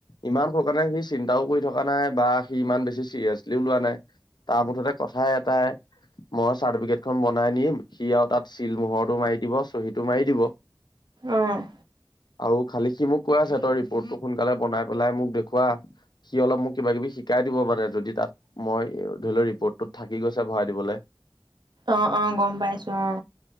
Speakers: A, on the left; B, on the right.
A: ইমান সোনকালে চিন্তাও কৰি থকা নাই বা সি ইমান বেছি চিৰিয়াছ লিও লোৱা নাই তাৰ মুঠতে কথা এটাই মই চাৰ্টিফিকেট খন বনাই নিম সি আৰু তাত চিল মোহৰটো মাৰি দিব চহীটো মাৰি দিব।
B: অ',
A: আৰু খালি সি মোক কৈ আছে তই ৰিপৰ্টটো সোনকালে বনাই পেলাই মোক দেখুওৱা সি অলপ মোক কিবা কিবি। শিকাই দিব মানে যদি তাত মই ধৰি লও ৰিপৰ্টটোত থাকি গৈছে ভৰাই দিবলৈ।
B: অ - অ গম পাইছো অ,